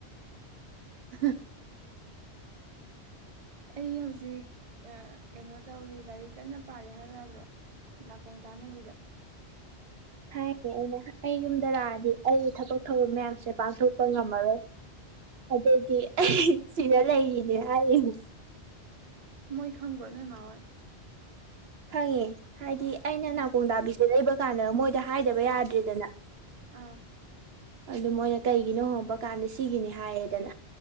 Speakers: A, on the right; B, on the right.
A: <unintelligible>
B: ꯑꯩ ꯍꯧꯖꯤꯛ ꯀꯩꯅꯣ ꯇꯧꯔꯤ ꯂꯥꯏꯔꯤꯛ ꯀꯟꯅ ꯄꯥꯔꯦ ꯍꯥꯏꯕ ꯌꯥꯗ꯭ꯔꯣ ꯅꯥꯀꯣꯡ ꯇꯥꯅꯕꯤꯗ
A: ꯍꯥꯏꯌꯦ ꯑꯩꯅ ꯑꯩ ꯌꯨꯝꯗꯔꯛꯑꯗꯤ ꯑꯩꯒꯤ ꯊꯕꯛ ꯊꯧꯔꯝ ꯃꯌꯥꯝꯁꯦ ꯄꯥꯡꯊꯣꯛ ꯪ ꯉꯝꯕꯔꯣꯏ ꯑꯗꯨꯗꯤ ꯁꯤꯗ ꯂꯩꯔꯤꯅꯦ ꯍꯥꯏꯅꯦ
B: ꯃꯣꯏ ꯈꯪꯕ꯭ꯔꯣꯅꯦ ꯃꯥ ꯍꯣꯏ
A: ꯈꯪꯉꯦ ꯍꯥꯏꯗꯤ ꯑꯩꯅ
B: ꯎꯝ
A: ꯅꯥꯀꯣꯡ ꯇꯗꯥꯕꯤꯁꯦ ꯂꯩꯕ ꯀꯥꯟꯗ ꯃꯣꯏꯗ ꯍꯥꯏꯗꯕ ꯌꯥꯗ꯭ꯔꯦꯗꯅ
B: ꯑꯥ
A: ꯑꯗꯨ ꯃꯣꯏꯅ ꯀꯩꯒꯤꯅꯣ ꯍꯣꯡꯕ ꯀꯥꯟꯗ ꯁꯤꯒꯤꯅꯤ ꯍꯥꯏꯌꯦꯗꯅ